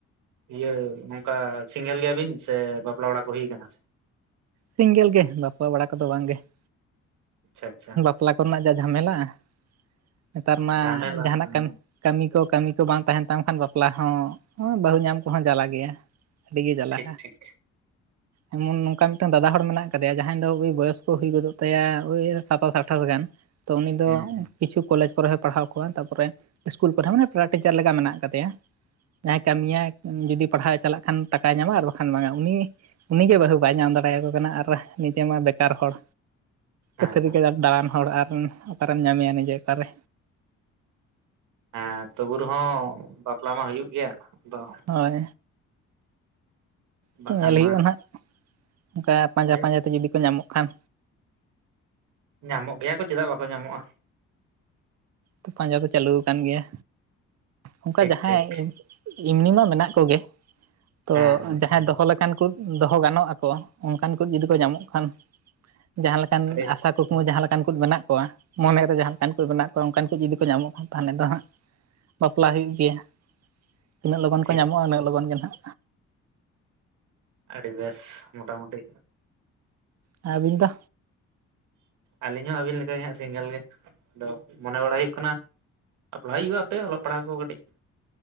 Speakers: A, on the right; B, on the right.
A: ᱤᱭᱟᱹ ᱱᱚᱝᱠᱟ ᱥᱤᱸᱝᱜᱮᱞ ᱜᱮᱭᱟᱵᱤᱱ ᱥᱮ ᱵᱟᱯᱞᱟ ᱵᱟᱲᱟ ᱠᱚ ᱦᱩᱭ ᱠᱟᱱᱟ?
B: ᱥᱤᱸᱝᱜᱮᱞ ᱜᱮ ᱵᱟᱯᱞᱟ ᱵᱟᱲᱟ ᱠᱚᱫᱚ ᱵᱟᱝᱜᱮ ᱾
A: ᱟᱪᱪᱷᱟ ᱟᱪᱪᱷᱟ ᱾
B: ᱵᱟᱯᱞᱟ ᱠᱚᱨᱮᱱᱟᱜ ᱡᱟ ᱡᱷᱟᱢᱮᱞᱟ, ᱱᱮᱛᱟᱨ ᱢᱟ
A: ᱡᱷᱟᱢᱮᱞᱟ
B: ᱡᱟᱦᱟᱱᱟᱜ
A: ᱦᱮᱸ
B: ᱠᱟᱹᱢᱤ ᱠᱟᱹᱢᱤ ᱠᱚ ᱠᱟᱹᱢᱤ ᱠᱚ ᱵᱟᱝ ᱛᱟᱦᱮᱱ ᱛᱟᱢ ᱠᱷᱟᱱ ᱵᱟᱯᱞᱟ ᱦᱚᱸ ᱵᱟᱹᱦᱩ ᱧᱟᱢ ᱠᱚᱦᱚᱸ ᱡᱟᱞᱟ ᱜᱮᱭᱟ ᱟᱹᱰᱤ ᱜᱮ ᱡᱟᱞᱟᱼᱦᱟ᱾
A: ᱴᱷᱤᱠ ᱴᱷᱤᱠ
B: ᱮᱢᱚᱱ ᱱᱚᱝᱠᱟ ᱢᱤᱫᱴᱟᱝ ᱫᱟᱫᱟ ᱦᱚᱲ ᱢᱮᱱᱟᱜ ᱠᱟᱫᱮᱭᱟ ᱡᱟᱦᱟᱸᱭ ᱫᱚ ᱩᱭ ᱵᱚᱭᱚᱥ ᱠᱚ ᱦᱩᱭ ᱜᱚᱫᱚᱜ ᱛᱟᱭᱟ ᱳᱭ ᱥᱟᱛᱟᱥ ᱟᱴᱷᱟᱥ ᱜᱟᱱ ᱛᱚ ᱩᱱᱤ ᱫᱚ
A: ᱦᱩᱸ ᱦᱩᱸ
B: ᱠᱤᱪᱷᱩ ᱠᱚᱞᱮᱡᱽ ᱠᱚᱨᱮ ᱦᱚᱸ ᱯᱟᱲᱦᱟᱣ ᱠᱚᱣᱟ ᱛᱟᱯᱚᱨᱮ ᱤᱥᱠᱩᱞ ᱠᱚᱨᱮ ᱦᱚᱸ ᱢᱟᱱᱮ ᱯᱨᱟ ᱴᱤᱪᱟᱨ ᱞᱮᱠᱟ ᱢᱮᱱᱟᱜ ᱠᱟᱫᱮᱭᱟ᱾ ᱡᱟᱦᱟᱸᱭ ᱠᱟᱹᱢᱤᱭᱟᱭ ᱡᱩᱫᱤ ᱯᱟᱲᱦᱟᱣ ᱮ ᱪᱟᱞᱟᱜ ᱠᱷᱟᱱ ᱴᱟᱠᱟᱭ ᱧᱟᱢᱟ ᱟᱨ ᱵᱟᱠᱷᱟᱱ ᱵᱟᱝᱟ ᱩᱱᱤ ᱩᱱᱤᱜᱮ ᱵᱟᱹᱦᱩ ᱵᱟᱭ ᱧᱟᱢ ᱫᱟᱲᱮᱭᱟᱠᱚ ᱠᱟᱱᱟ ᱟᱨ ᱱᱤᱡᱮ ᱢᱟ ᱵᱮᱠᱟᱨ ᱦᱚᱲ,
A: ᱦᱮᱸ
B: ᱟᱹᱛᱷᱟᱹᱲᱤ
A: ᱦᱮᱸ
B: ᱜᱮ ᱫᱟᱬᱟᱱ ᱦᱚᱲ ᱟᱨ ᱚᱠᱟᱨᱮᱢ ᱧᱟᱢᱮᱭᱟ ᱱᱤᱡᱮ ᱚᱠᱟᱨᱮ᱾
A: ᱦᱮᱸ ᱛᱚᱵᱩ ᱨᱮ ᱦᱚᱸ ᱵᱟᱯᱞᱟ ᱢᱟ ᱦᱩᱭᱩᱜ ᱜᱮᱭᱟ, ᱟᱫᱚ
B: ᱦᱳᱭ, ᱛᱚ
A: ᱵᱟᱠᱷᱟᱱ
B: ᱧᱮᱞ ᱦᱩᱭᱩᱜᱼᱟ
A: ᱢᱟ
B: ᱱᱟᱦᱟᱜ, ᱚᱱᱠᱟ ᱯᱟᱸᱡᱟ
A: ᱦᱳᱭ
B: -ᱯᱟᱸᱡᱟ ᱛᱮ ᱡᱩᱫᱤ ᱠᱚ ᱧᱟᱢᱚᱜ ᱠᱷᱟᱱ᱾
A: ᱧᱟᱢᱚᱜ ᱜᱮᱭᱟ ᱠᱚ ᱪᱮᱫᱟᱜ ᱵᱟᱠᱚ ᱧᱟᱢᱚᱜᱼᱟ᱾
B: ᱛᱚ ᱯᱟᱸᱡᱟ ᱫᱚ ᱪᱟᱹᱞᱩ ᱟᱠᱟᱱ ᱜᱮᱭᱟ, ᱚᱱᱠᱟ
A: ᱴᱷᱤᱠ
B: ᱡᱟᱦᱟᱸᱭ
A: ᱴᱷᱤᱠ
B: ᱮᱢᱱᱤ ᱢᱟ ᱢᱮᱱᱟᱜ ᱠᱚᱜᱮ ᱛᱚ
A: ᱦᱮᱸ ᱦᱮᱸ
B: ᱡᱟᱦᱟᱸᱭ ᱫᱚᱦᱚ ᱞᱮ ᱠᱟᱱ ᱠᱚ ᱫᱚᱦᱚ ᱜᱟᱱᱚᱜ ᱟᱠᱚ ᱚᱱᱠᱟᱱ ᱠᱚ ᱡᱩᱫᱤ ᱠᱚ ᱧᱟᱢᱚᱜ ᱠᱷᱟᱱ, ᱡᱟᱦᱟᱸ ᱞᱮᱠᱟᱱ
A: ᱟᱹᱰᱤ
B: ᱟᱥᱟ ᱠᱩᱠᱢᱩ ᱡᱟᱦᱟᱸ ᱞᱮᱠᱟᱱ ᱠᱚ ᱢᱮᱱᱟᱜ ᱠᱚᱣᱟ, ᱢᱚᱱᱮᱨᱮ ᱡᱟᱦᱟᱸ ᱞᱮᱠᱟᱱ ᱠᱚ ᱢᱮᱱᱟᱜ ᱛᱳ ᱚᱱᱠᱟᱱ ᱠᱚ ᱡᱩᱫᱤ ᱠᱚ ᱧᱟᱢᱚᱜ ᱠᱷᱟᱱ ᱛᱟᱦᱚᱞᱮ ᱫᱚ ᱦᱟᱸᱜ ᱵᱟᱯᱞᱟ ᱦᱩᱭᱩᱜ ᱜᱮᱭᱟ᱾ ᱛᱤᱱᱟᱜ ᱞᱚᱜᱚᱱ
A: ᱴᱷᱤᱠ
B: ᱠᱚ ᱧᱟᱢᱚᱜᱼᱟ ᱩᱱᱟᱹᱜ ᱞᱚᱜᱚᱱ ᱜᱮ ᱱᱟᱜ᱾
A: ᱟᱹᱰᱤ ᱵᱮᱥ ᱢᱚᱴᱟᱢᱩᱴᱤ᱾
B: ᱟᱵᱤᱱ ᱫᱚ?
A: ᱟᱹᱞᱤᱧ ᱦᱚᱸ ᱟᱹᱵᱤᱱ ᱞᱮᱠᱟ ᱜᱮ ᱦᱟᱸᱜ ᱥᱤᱝᱜᱮᱞ ᱜᱮ ᱟᱫᱚ ᱢᱚᱱᱮ ᱵᱟᱲᱟ ᱦᱩᱭᱩᱜ ᱠᱟᱱᱟ ᱞᱟ ᱦᱩᱭᱩᱜᱼᱟ ᱚᱞᱚᱜ ᱯᱟᱲᱦᱟᱣ ᱠᱚ ᱠᱟᱹᱴᱤᱡ